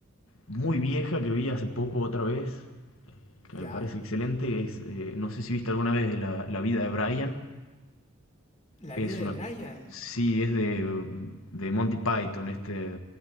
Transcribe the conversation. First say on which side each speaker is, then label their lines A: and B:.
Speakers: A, on the left; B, on the left.
A: muy vieja que vi hace poco otra vez, que
B: ¿Ya?
A: me parece excelente, es, eh, no sé si viste alguna vez de la, la vida de Brian,
B: La
A: es
B: vida de
A: una,
B: Brian.
A: sí, es de, de Monty Python, este,